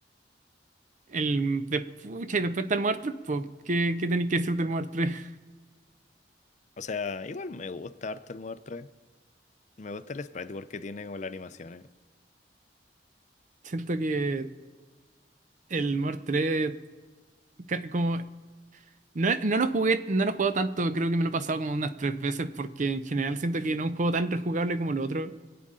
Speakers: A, on the right (about 45°); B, on the left (about 40°).
A: El de, pucha, y después está el Muer 3, pues, ¿qué, qué tenéis que decir del Muer 3? <laughs>
B: O sea, igual me gusta harto el Modern 3. Me gusta el sprite porque tiene como la animación. eh.
A: Siento que el Muer 3, ca- como, no, no lo jugué, no lo he jugado tanto, creo que me lo he pasado como unas tres veces, porque en general siento que no es un juego tan rejugable como el otro,